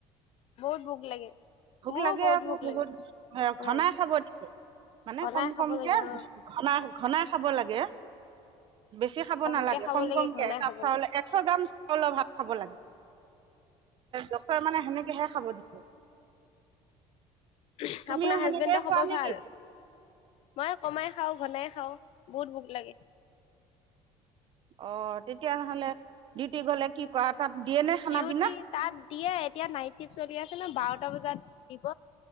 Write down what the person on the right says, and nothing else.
ভোক
লাগে আকৌ
বহুত
ঘনাই খাব দিছে মানে
কম
কমকে
ঘনা ঘনাই খাব লাগে বেছি খাব
নালাগে
কম
কমকে
একাপ
চাউলে
একশ গ্ৰাম চাউলৰ ভাত খাব লাগে ডক্তৰে মানে সেনেকেহে খাব দিছে
তুমিও
সেনেকে খোৱা
নেকি
অ তেতিয়া নহ'লে ডিউটি গলে কি কৰা তাত দিয়ে নে খানা
পিনা